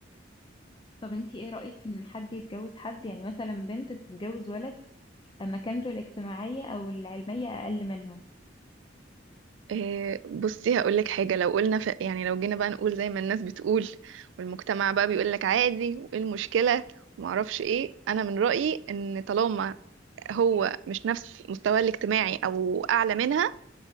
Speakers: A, on the left; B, on the right.
A: طب انتي ايه رأيك في ان حد يتجوز حد يعني مثلا بنت تتجوز ولد مكانته الاجتماعية او العلمية اقل منها
B: إيه، بصي هقول لك حاجه لو قلنا ف... يعني لو جينا بقى نقول زي ما الناس بتقول والمجتمع بقى بيقول لك عادي وايه المشكله ومعرفش ايه انا من رايي ان طالما هو مش نفس مستواه الاجتماعي او اعلى منها